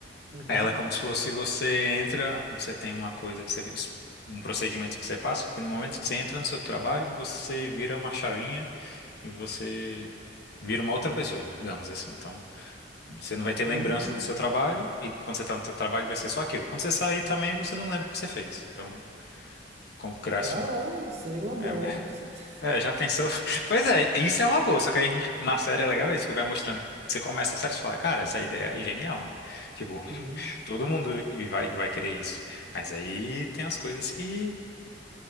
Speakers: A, on the right; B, on the left.
A: Uhum.
B: Ela é como se fosse você entra, você tem uma coisa que você fez, um procedimento que você passa, que no momento que você entra no seu trabalho, você vira uma chavinha e você vira uma outra pessoa, digamos assim. Então, você não vai ter
A: Hum.
B: lembrança do seu trabalho e quando você está no seu trabalho vai ser só aquilo. Quando você sair também, você não lembra o que você fez. Então, como criasse
A: Da
B: um
A: hora. Seria uma boa,
B: é, <laughs>
A: hein? Porque você... <laughs> tá-
B: é, já pensou? <laughs> Pois é, isso é uma boa, só que a gente, na série é legal isso, que vai mostrando, você começa a série e você fala, cara, essa ideia é genial, né? Tipo,
A: Uhum.
B: Todo mundo e vai, vai querer isso. Mas aí tem as coisas que,